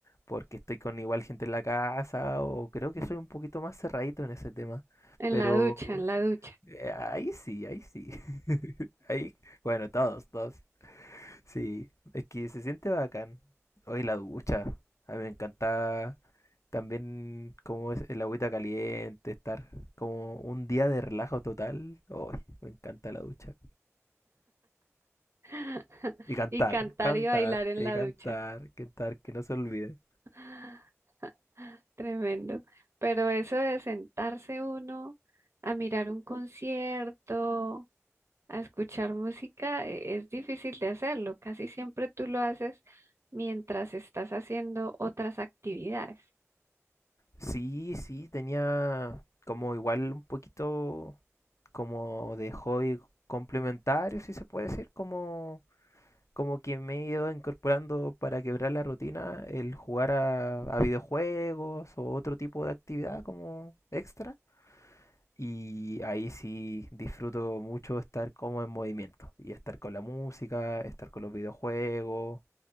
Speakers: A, on the left; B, on the right.
A: porque estoy con igual gente en la casa o creo que soy un poquito más cerradito en ese tema.
B: En
A: Pero
B: la ducha, en la ducha.
A: eh, ahí sí, ahí sí. <laughs> Ahí, bueno, todos, todos. Sí, es que se siente bacán. Hoy la ducha. A mí me encanta También como es el agüita caliente, estar como un día de relajo total. Oh, me encanta la ducha.
B: <laughs>
A: Y cantar,
B: Y cantar
A: cantar,
B: y bailar en
A: y
B: la
A: cantar,
B: ducha.
A: cantar, que no se olvide.
B: <gasps> Tremendo. Pero eso de sentarse uno a mirar un concierto, a escuchar música, e- es difícil de hacerlo. Casi siempre tú lo haces mientras estás haciendo otras actividades.
A: Sí, sí, tenía como igual un poquito como de hobby complementario, si se puede decir, como, como que me he ido incorporando para quebrar la rutina el jugar a, a videojuegos o otro tipo de actividad como extra. Y ahí sí disfruto mucho estar como en movimiento y estar con la música, estar con los videojuegos,